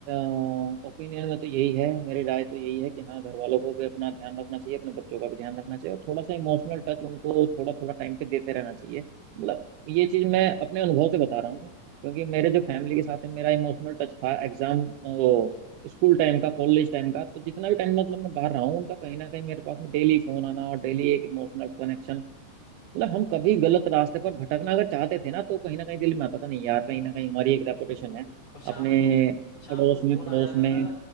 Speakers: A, on the right; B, on the left.
A: ओपिनियन में तो यही है मेरी राय तो यही है कि हाँ घर वालों को भी अपना ध्यान रखना चाहिए अपने बच्चों का भी ध्यान रखना चाहिए और थोड़ा सा इमोशनल टच उनको थोड़ा थोड़ा टाइम पे देते रहना चाहिए मतलब ये चीज़ मैं अपने अनुभव से बता रहा हूँ क्योंकि मेरे जो फैमिली के साथ है मेरा इमोशनल टच था एग्जाम वो स्कूल टाइम का कॉलेज टाइम का तो जितना भी टाइम मतलब मैं बाहर रहा हूँ उनका कहीं ना कहीं मेरे पास में डेली फोन आना और डेली एक इमोशनल कनेक्शन मतलब हम कभी गलत रास्ते पर भटकना अगर चाहते थे ना तो कहीं ना कहीं दिल में आता था नहीं यार कहीं ना कहीं हमारी एक रेपुटेशन है
B: और शाम
A: अपने
B: को शाम
A: पड़ोस
B: को
A: में
B: फोन
A: पड़ोस
B: आ जाता
A: में
B: था